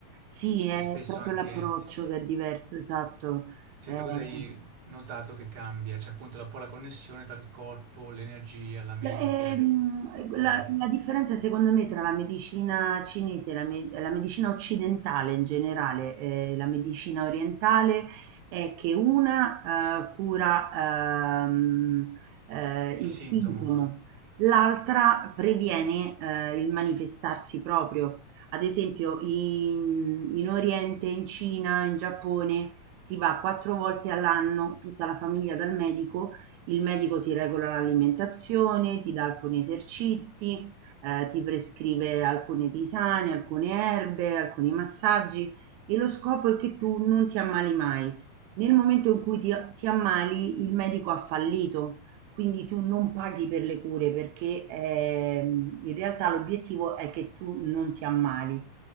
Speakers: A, on the right; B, on the right.
A: sì, è
B: E spesso
A: proprio
B: anche,
A: l'approccio
B: sì.
A: che è diverso, esatto.
B: Se
A: Ehm
B: tu cosa hai notato che cambia? C'è appunto la- un po' la connessione tra il corpo, l'energia, la mente,
A: Beh, ehm,
B: eh,
A: la la differenza secondo me tra la medicina cinese e la me la medicina occidentale in generale, e la medicina orientale è che una, uhm, cura, uhm, ehm, eh,
B: il
A: il
B: sintomo.
A: sintomo, l'altra previene, ehm, il manifestarsi proprio. Ad esempio in in Oriente, in Cina, in Giappone si va 4 volte all'anno tutta la famiglia dal medico il medico ti regola l'alimentazione, ti dà alcuni esercizi, eh, ti prescrive alcune tisane, alcune erbe, alcuni massaggi e lo scopo è che tu non ti ammali mai. Nel momento in cui ti, ti ammali, il medico ha fallito, quindi tu non paghi per le cure perché ehm, in realtà l'obiettivo è che tu non ti ammali.